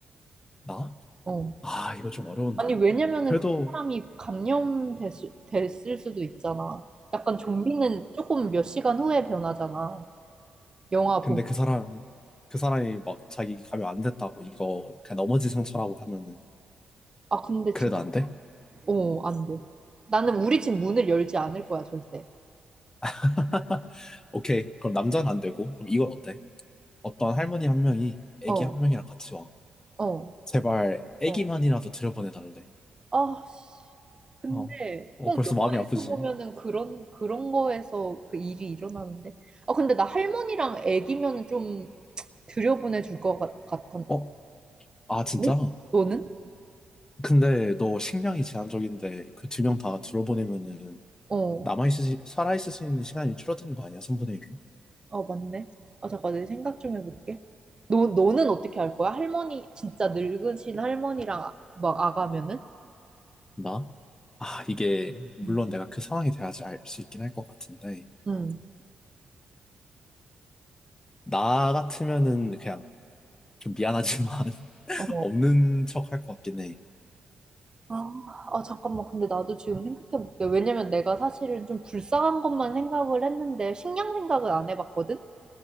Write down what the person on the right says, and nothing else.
어.
아니, 왜냐면은
그 사람이 감염됐을 됐을 수도 있잖아. 약간 좀비는 조금 몇 시간 후에 변하잖아. 영화
보면.
아, 근데
진,
어, 안 돼. 나는 우리 집 문을 열지 않을 거야, 절대.
어,
어,
어.
아, 씨. 근데
꼭
영화에서
보면은 그런, 그런 거에서 그 일이 일어나는데. 아, 근데 나 할머니랑 애기면은 좀 들여보내 줄 것 같, 같아.
응? 너는?
어,
어, 맞네. 아, 잠깐, 내 생각 좀 해볼게. 너, 너는 어떻게 할 거야? 할머니, 진짜 늙으신 할머니랑 아- 막 아가면은?
응,
응.
어.
아, 아, 잠깐만. 근데 나도 지금 생각해볼게. 왜냐면 내가 사실은 좀 불쌍한 것만 생각을 했는데, 식량 생각을 안 해봤거든?